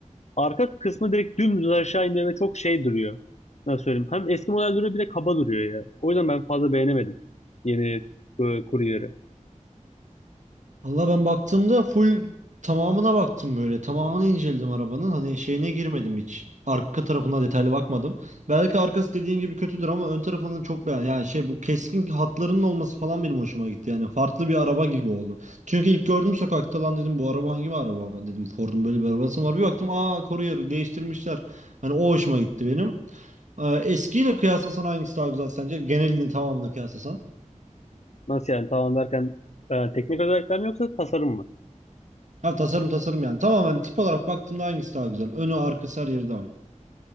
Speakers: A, on the left; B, on the right.
A: arka kısmı direkt dümdüz aşağı iniyor ve çok şey duruyor. Nasıl söyleyeyim? Hem eski model duruyor bir de kaba duruyor ya. O yüzden ben fazla beğenemedim yeni e, Courier'ı.
B: Valla ben baktığımda full tamamına baktım böyle. Tamamını inceledim arabanın. Hani şeyine girmedim hiç. Arka tarafına detaylı bakmadım. Belki arkası dediğin gibi kötüdür ama ön tarafını çok beğendim. Yani şey bu keskin hatlarının olması falan benim hoşuma gitti. Yani farklı bir araba gibi oldu. Çünkü ilk gördüm sokakta lan dedim bu araba hangi bir araba dedim. Ford'un böyle bir arabası mı var. Bir baktım aa Courier değiştirmişler. Hani o hoşuma gitti benim. Ee, eskiyle kıyaslasan hangisi daha güzel sence? Genelini tamamını kıyaslasan.
A: Nasıl yani tamam derken e, teknik özellikler mi yoksa tasarım mı?
B: Ha, tasarım tasarım yani. Tamamen tip olarak baktığımda hangisi daha güzel? Önü arkası her yeri dahil.